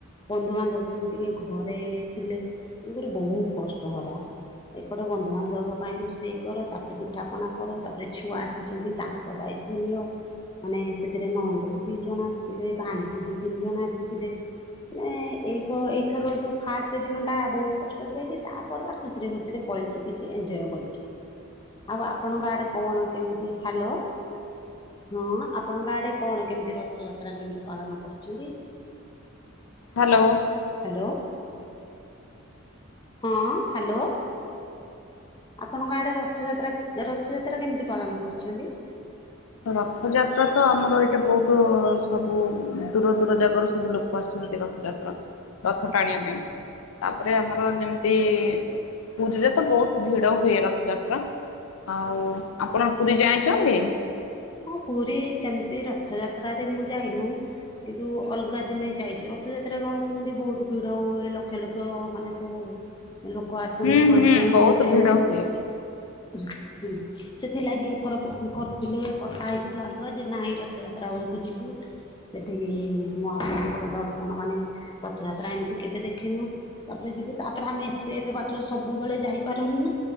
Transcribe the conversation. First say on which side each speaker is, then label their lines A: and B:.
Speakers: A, on the left; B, on the left.
A: ବନ୍ଧୁବାନ୍ଧବ ବି ଟିକେ ଘରେ ଥିଲେ ତେଣୁକରି ବହୁତ କଷ୍ଟ ହେଲା। ଏପଟେ ବନ୍ଧୁବାନ୍ଧବ ପାଇଁ ରୋଷେଇ କର ତାପରେ ପିଠା ପଣା କର ତାପରେ ଛୁଆ ଆସିଛନ୍ତି ତାଙ୍କ ଦାୟ ତ୍ବ ନିଅ ମାନେ ସେଥିରେ ନହନ୍ତ ବି ଦି ଜଣ ଆସିଥିଲେ ଭାଣୀଜୀ ଦି ତିନି ଜଣ ଆସିଥିଲେ। ମେ ଏଇ ଏଇଥର ଯୋଉ ଫାଷ୍ଟ୍ ଦିନ ଟା ବହୁତ କଷ୍ଟ ଯାଇକି ତାପରେ ତା ଖୁସିରେ। ରେ ପଳେଇଛି କିଛି ଏନ୍ଜୟ କରିଛି। ଆଉ ଆପଣଙ୍କ ଆଡ଼େ କଣ କେମିତି ହାଲୋ। ହଁ ଆପଣଙ୍କ ଆଡେ କଣ କେମିତି ରଥଯାତ୍ରା କେମିତି ପାଳନ କରୁଛନ୍ତି।
B: ହାଲୋ।
A: ହ୍ୟାଲୋ ହଁ ହାଲୋ। ଆପଣଙ୍କ ଆଡ଼େ ରଥଯାତ୍ରା ରଥଯାତ୍ରା କେମିତି ପାଳନ କରୁଛନ୍ତି।
B: ରଥଯାତ୍ରା ତ ଆମର ଏଇଠେ ବହୁତ ସବୁ ଦୂର ଦୂର ଜାଗାରୁ ସବୁ ଲୋକ ଆସ ରଥଯାତ୍ରା ରଥ ଟାଣିବା ପାଇଁ ତାପରେ ଆମର ଯେମିତି ପୁରୀରେ ତ ବହୁତ ଭିଡ ହୁଏ ରଥଯାତ୍ରା ହଉ ଆପଣ ପୁରୀ ଯାଇଛନ୍ତି
A: ହଁ ପୁରୀ ସେମିତି ରଥଯାତ୍ରରେ ମୁଁ ଯାଇନୁ କିନ୍ତୁ ଅଲଗା ଦିନେ ଯାଇଛିୁ ରଥଯାତ୍ର ସେଥିରେ କଣ କୁହନ୍ତି ବହୁତ ଭିଡ ହୁଏ ଲକ୍ଷ ଲକ୍ଷ ମାନେ ସବୁ ଲୋକ ଆସନ୍ତି
B: ହୁଁ
A: ସେଇଥିପାଇଁ
B: ହୁଁ ବହୁତ
A: ଆମେ ଯାଇନୁ
B: ଭିଡ ହୁଏ।
A: ହୁଁ ସେଥିଲାଗି ଏଥର କରିଥିଲେ କଥା ହେଇଥିଲୁ ଆଗୁଆ ଯେ ନାାଇ ଏ ରଥଯାତ୍ରା ବେଳକୁ ଯିବୁ ସେଠିକି ମହାପ୍ରଭୁଙ୍କର ଦର୍ଶନ ମାନେ ରଥଯାତ୍ରା ଏମିତି କେବେ ଦେଖିନୁ ତାପରେ ଯୁ ତାପରେ ଆମେ ଏତେ ଏତେ ବାଟରେ ସବୁବେଳେ ଯାଇପାରୁନୁ ନା